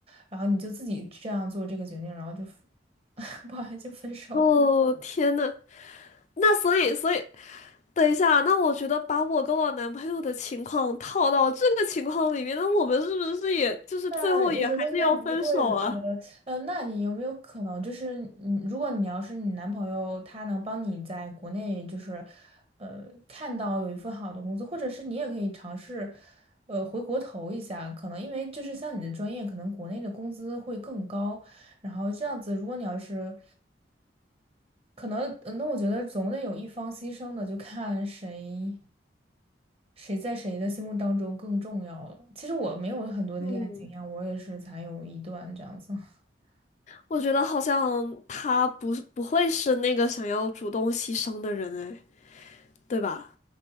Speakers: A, on the right; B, on the left.
A: 然后你就自己这样做这个决定，然后就，<laughs> 不好意思就分手了。
B: 哦，天呐，那所以所以，等一下，那我觉得把我跟我男朋友的情况套到这个情况里面，那我们是不是也就是最后也还是要分手啊？
A: 那我觉得应该不会呃呃，那你有没有可能就是，嗯，如果你要是你男朋友他能帮你在国内就是，呃，看到有一份好的工作，或者是你也可以尝试，呃，回国投一下，可能因为就是像你的专业，可能国内的工资会更高，然后这样子，如果你要是，可能，呃那我觉得总得有一方牺牲的，就看谁。谁在谁的心目当中更重要了？其实我没有很多的恋爱经验，
B: 嗯，
A: 我也是才有一段这样子。<laughs>
B: 我觉得好像他不是不会是那个想要主动牺牲的人，哎，对吧？